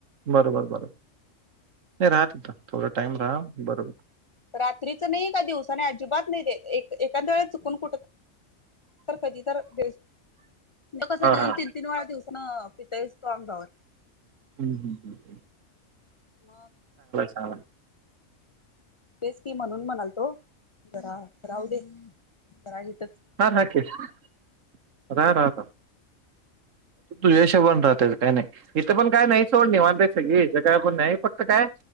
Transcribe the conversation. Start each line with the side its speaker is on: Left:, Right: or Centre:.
Right: बरोबर -! नाही रहा तिथ थोडा टाइम राहा बर होईल.
Left: रात्रीच नाही का दिवसा नाही अजिबात नाही देत एक - एकांद वेळेत चुकून कुठ कधी तर - कसं
Right: हा
Left: दोन
Right: हा
Left: तीन -तीन वेळा दिवसान पितोयच तो अंगावर -
Right: चांगला
Left: मग
Right: हा
Left: तेच की म्हणून म्हणाल तो जरा राहू दे जरा -
Right: ह र हाकीे रहा -रहा आता तू तुज्या हिशोबाने रहा त्यांच काय नाही इथं पण काय नाही सोड निवांत आहेत सगळी. काय पण नाही पटत काय.